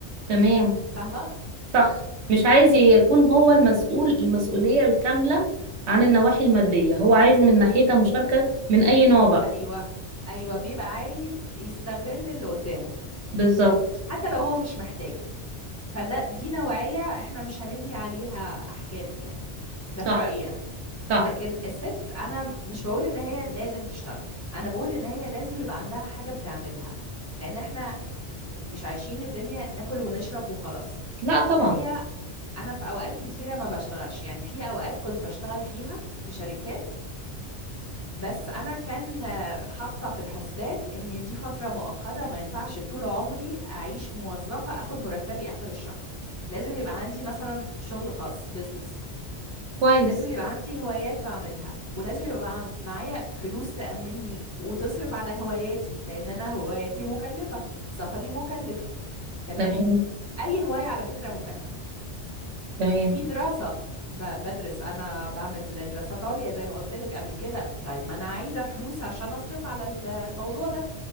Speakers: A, on the right; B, on the left.
A: تمام
B: فاهمه
A: صح مش عايز يكون هو المسؤول المسؤولية الكاملة عن النواحي المادية هو عايز من ناحيتها مشاركة من أي نوع بقى
B: ايوه ايوه بيبقى عايز يستغل اللي قدامه
A: بالظبط
B: حتى لو هو مش محتاج فده دي نوعيه احنا مش هنبني عليها احكام يعني ده في
A: صح
B: رايي انا
A: صح
B: لكن الست انا مش بقول ان هي لازم تشتغل انا بقول ان هي لازم يبقى عندها حاجه بتعملها لان احنا مش عايشين الدنيا ناكل ونشرب وخلاص
A: لا طبعا
B: فهي انا في اوقات كتيره ما بشتغلش يعني في اوقات كنت بشتغل فيها في شركات بس انا كان آه، حاطه في الحسبان ان دي فتره مؤقته ما ينفعش طول عمري اعيش موظفه اخد مرتبي اخر الشهر لازم يبقى عندي مثلا شغل خاص بيزنس
A: كويس
B: لازم يبقى عندي هوايات بعملها ولازم يبقى عم- معايا فلوس تأمني وتصرف على هواياتي لان انا هواياتي مكلفه سفري مكلف تمام
A: تمام
B: اي هواية على فكرة مكلفة
A: تمام
B: في دراسة ب- بدرس انا بعمل دراسات عليا زي ما قلت لك قبل كده طيب ما انا عايزة فلوس عشان اصرف على ال- الموضوع ده